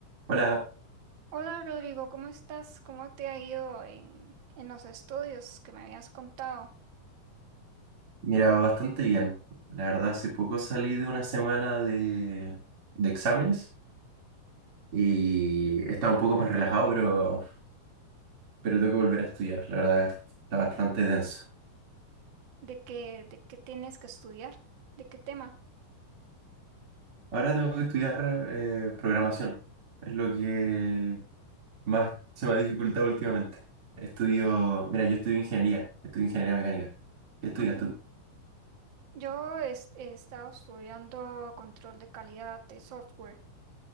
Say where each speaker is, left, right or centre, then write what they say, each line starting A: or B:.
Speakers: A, on the right (about 35°); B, on the right (about 50°).
A: Hola,
B: Hola Rodrigo, ¿cómo estás? ¿Cómo te ha ido en, en los estudios que me habías contado?
A: mira, bastante bien. La verdad, hace poco salí de una semana de, de exámenes y estaba un poco más relajado, pero, pero tengo que volver a estudiar. La verdad, está bastante denso.
B: ¿De qué, de qué tienes que estudiar? ¿De qué tema?
A: Ahora tengo que estudiar eh, programación. Es lo que más se me ha dificultado últimamente. Estudio, mira, yo estudio ingeniería, estudio ingeniería mecánica. ¿Qué estudias
B: Ujú.
A: tú?
B: Yo es- he, estado estudiando control de calidad de software,